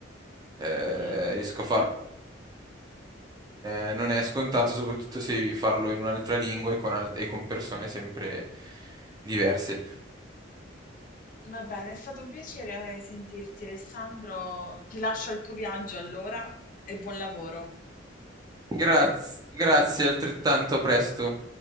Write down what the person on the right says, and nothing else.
eh,
riesco a farlo. Eh, non è scontato, soprattutto se devi farlo in un'altra lingua e con, alt- e con persone sempre diverse.
Grazie, grazie altrettanto, a presto.